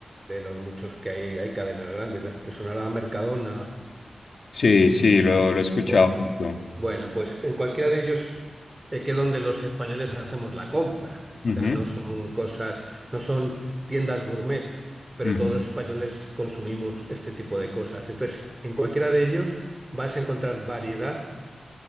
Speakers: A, on the right (about 25°); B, on the left (about 70°).
A: de los muchos que hay, hay cadenas grandes, ¿no? te sonará Mercadona,
B: Sí, sí, lo, lo he escuchado
A: pues
B: mucho.
A: bueno, pues en cualquiera de ellos eh, que donde los españoles hacemos la compra.
B: Ujú,
A: O sea, no son cosas, no son tiendas gourmet, pero
B: ujú,
A: todos los españoles consumimos este tipo de cosas. Entonces, en cualquiera de ellos vas a encontrar variedad